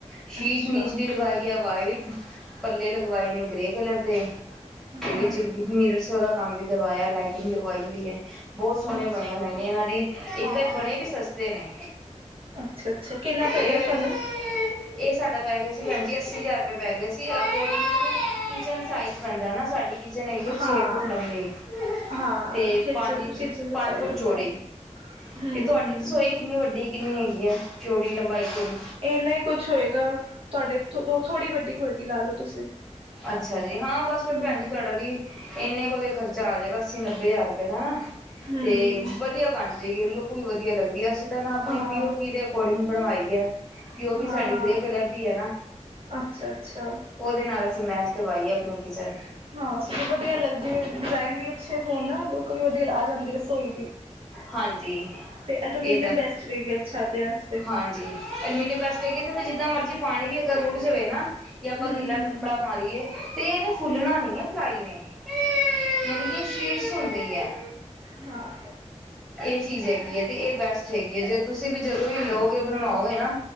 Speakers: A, in the centre; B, on the right.
A: ਸ਼ੀਕ
B: ਅੱਛਾ
A: ਨਿਚਲੀ ਲਗਾਈ। ਵਾਈਟ ਪੱਲੇ ਲਗਵਾਏ ਨੇ ਗ੍ਰੇ ਕਲਰ ਦੇ, ਤੇ
B: ਹਾਂ
A: ਵੀ ਚੰਗੀ, ਮੇਰਾ ਸਾਰਾ ਕੰਮ ਵੀ ਕਰਵਾਇਆ ਲਾਈਟਿੰਗ ਲਗਵਾਈ ਹੋਈ ਐ। ਬਹੁਤ ਸੋਹਣੇ
B: ਅੱਛਾ
A: ਬਣੇ ਹੋਏ ਨੇ, ਇਹਨਾਂ ਦੀ ਇੱਕ
B: ਹਾਂ
A: ਤਾਂ ਬਣੇ ਵੀ ਸਸਤੇ ਨੇ,
B: ਅੱਛਾ ਅੱਛਾ ਕਿੰਨਾ ਪੈ
A: ਇਹ
B: ਗਿਆ ਸਾਨੂੰ
A: ਇਹ ਸਾਡਾ ਪੈ ਗਿਆ ਸੀ, ਭੈਣਜੀ ਅ ਅੱਸੀ ਹਜ਼ਾਰ ਰੁਪਏ ਪੈ ਗਏ ਸੀ, ਅਕੋਰਡਿੰਗ ਟੂ ਕਿਚਨ ਸਾਈਜ਼ ਪੈਂਦਾ ਨਾ, ਸਾਡੀ ਕਿ ਚਨ ਹੈਗੀ ਆ, ਛੇ
B: ਹਾਂ
A: ਫੁੱਟ ਲੰਬੇ
B: ਹਾਂ
A: ਤੇ
B: ਕਿਚਨ
A: ਪੰਜ ਇੰਚ
B: ਕਿਚਨ ਦਾ
A: ਪੰਜ
B: ਸਾਈਜ਼
A: ਫੁੱਟ
B: ਹੁੰਦਾ
A: ਚੌੜੀ
B: ਹਮ ਹਮ
A: ਤੇ, ਤੁਹਾਡੀ ਰਸੋਈ ਕਿੰਨੀ ਵੱਡੀ ਕਿੰਨੀ ਹੈਗੀ? ਆ ਚੋੜੀ ਲੰਬਾਈ ਚੋੜੀ
B: ਇਹਨਾ ਹੀ ਕੁਛ ਹੋਏਗਾ, ਤੁਹਾਡੇ ਤੋਂ ਥੋੜ੍ਹੀ ਵੱਡੀ ਹੋਏਗੀ ਲਾ ਲਓ ਤੁਸੀਂ।
A: ਅੱਛਾ ਜੀ, ਹਾਂ ਬਸ ਫਿਰ
B: ਹਮ
A: ਭੈਣਜੀ ਤੁਹਾਡਾ ਵੀ ਇੰਨੇ ਕੁ ਦਾ ਖਰਚਾ ਆ ਜਾਏਗਾ, ਅੱਸੀ ਨੱਬੇ ਹਜ਼ਾਰ ਰੁਪਏ ਦਾ ਹਨਾ।
B: ਹਮ
A: ਤੇ ਵਧੀਆ ਬਣ ਜਾਏਗੀ, ਉਹ ਲੁ ਵੀ ਵਧੀਆ ਲੱਗਦੀ ਹੈ ਅਸੀਂ ਤਾਂ ਨਾ ਆਪਣੇ
B: ਹਾਂ
A: ਪੀ ਓ ਪੀ ਦੇ ਅਕੋਡਿੰਗ ਬਣਵਾਈ। ਐ, ਪੀ ਉ ਪੀ
B: ਹਾਂ
A: ਸਾਡੀ
B: ਹਾਂ
A: ਗ੍ਰੇ ਕਲਰ ਦੀ ਐ ਨਾ,
B: ਅੱਛਾ ਅੱਛਾ
A: ਉਹਦੇ ਨਾਲ ਅਸੀ ਮੈਚ ਕਰਵਾਈਏ ਆਪਣੇ ਕਿਚਨ।
B: ਹਾਂ ਸਗੋਂ ਵਧੀਆ ਲੱਗਦੇ ਡਿਜ਼ਾਇਨ ਵੀ ਅੱਛੇ ਹੋਣ ਲੁੱਕ ਵੀ ਵਧੀਆ ਆ ਜਾਂਦੀ ਰਸੋਈ ਦੀ।
A: ਹਾਂਜੀ
B: ਤੇ ਅਲੂਮੀਨੀਅਮ
A: ਇਹ ਤਾਂ
B: ਬੈਸਟ ਰਹੇਗੀ ਅੱਛਾ ਤੇ ਆਸਤੇ।
A: ਹਾਂਜੀ, ਅਲਮੀਨੀਅਮ ਬਸਟ ਰਿਹਾ ਗੀ, ਇਥੇ ਤੇ ਜਿੱਦਾਂ ਮਰਜੀ ਪਾਣੀ ਵੀ ਰੂੜ ਜਵੇ ਨਾ ਜਾਂ ਆਪਾਂ
B: ਹੂੰ-ਹੂੰ,
A: ਗਿੱਲਾ ਕੱਪੜਾ ਮਾਰੀਏ ਤੇ ਇਹਨ ਫੁੱਲਣਾ ਨੀ ਆ ਪਲਾਈ ਨੇ। ਜਾਨੀ ਕਿ ਸ਼ਸ਼ <unintelligible> ਹੋਗੀ ਐ।
B: ਹਾਂ,
A: ਇਹ ਚੀਜ਼ ਹੈਗੀ ਹੈ ਤੇ ਇਹ ਬੈਸਟ ਹੈਗੀ ਹੈ, ਜੇ ਤੁਸੀਂ ਵੀ ਜਦੋਂ ਹੀ ਲਓਗੇ ਬਣਵਾਓਗੇ ਨਾ